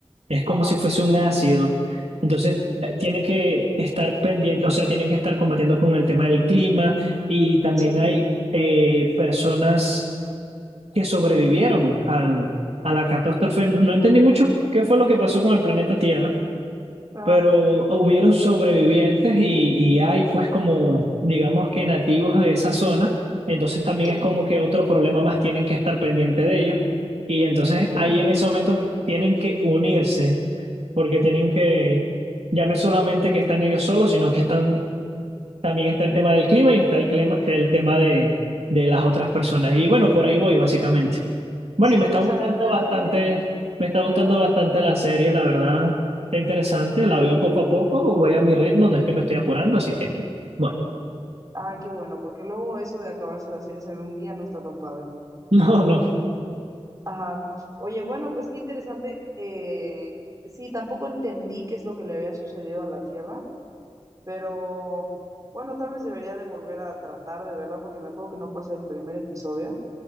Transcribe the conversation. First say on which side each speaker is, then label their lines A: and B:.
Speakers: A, on the right (about 70°); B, on the right (about 30°).
A: Es como
B: ajá,
A: si fuese un ácido. Entonces, eh, tiene que estar pendiente, o sea, tienen que estar combatiendo con el tema del clima. Y también
B: sí,
A: hay eh, personas que sobrevivieron al- a la catástrofe. No entendí mucho qué fue lo que pasó con el planeta Tierra
B: ajá,
A: pero hubieron sobrevivientes y, y hay pues como, digamos que nativos de esa zona, entonces también
B: sí,
A: es como que otro problema más tienen que estar pendiente de ellos. Y entonces
B: sí.
A: ahí en ese momento tienen que unirse, porque tienen que, ya no es solamente que están ellos solos, sino que están también está el tema del clima y está el, clima- el tema de, de las otras personas. Y bueno, por ahí voy básicamente. Bueno,
B: Sí,
A: y me está
B: o
A: gustando
B: sea, realmente...
A: bastante, me está gustando
B: Ajá,
A: bastante la serie, la verdad. Está interesante, la veo poco a poco, voy a mi ritmo, no es que me estoy apurando, así que, bueno,
B: Ay, qué bueno, porque luego eso de acabarse las series en un día no está tan padre.
A: <laughs> no, no.
B: Ajá. Oye, bueno, pues qué interesante. Eh, sí, tampoco entendí qué es lo que le había sucedido a la Tierra, pero bueno, tal vez debería de volver a tratar de verla porque me acuerdo que no pasé el primer episodio.